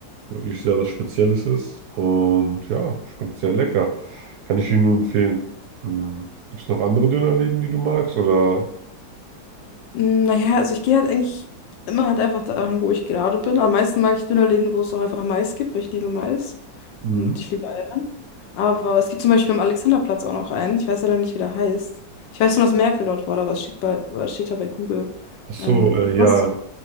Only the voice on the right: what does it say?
wirklich sehr was Spezielles ist. Und ja, schmeckt sehr lecker. Kann ich Ihnen nur empfehlen. Hm. Gibt es noch andere Dönerläden, die du magst? Oder
hm.
Ach so,
äh,
ja,